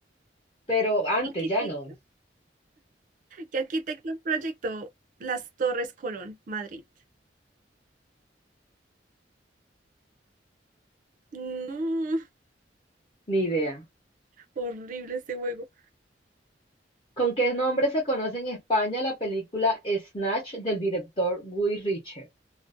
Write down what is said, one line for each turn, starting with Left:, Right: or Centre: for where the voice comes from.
Left: pero antes
Right: ¿Qué arquitecto?
Left: ya no.
Right: ¿Qué arquitecto proyectó las Torres Colón, Madrid? No,
Left: Ni idea.
Right: horrible este juego.
Left: ¿Con qué nombre se conoce en España la película Snatch del director Guy Ritchie?